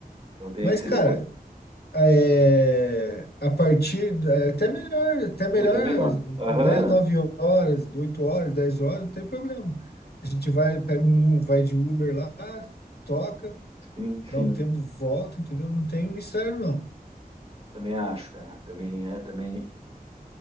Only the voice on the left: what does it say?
Mas,
cara,
é, a partir da- até melhor, até melhor,
né? nove horas, 8 horas, 10 horas, não tem problema. A gente vai, pega um, U- vai de Uber lá, toca,
dá um tempo, volta, entendeu? Não tem mistério, não.